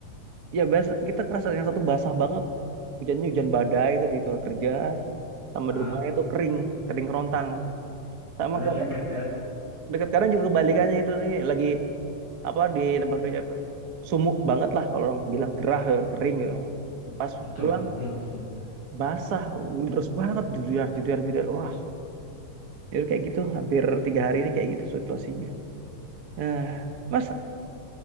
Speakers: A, on the right; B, on the right.
A: ya biasa kita kerasa yang satu basah banget hujannya hujan badai itu di tempat kerja sama di
B: Heeh.
A: rumahnya itu kering kering kerontang sama
B: Padahal
A: ke
B: deket ya.
A: dekat kadang juga kebalikannya itu nih lagi apa di tempat kerja sumuk banget lah kalau orang bilang gerah ya, kering ya.
B: Mm.
A: pas
B: Betul.
A: pulang
B: Siang-siang.
A: basah terus banget jujur jujur jujur wah Ya kayak gitu, hampir tiga hari ini kayak gitu situasinya. Eh, mas,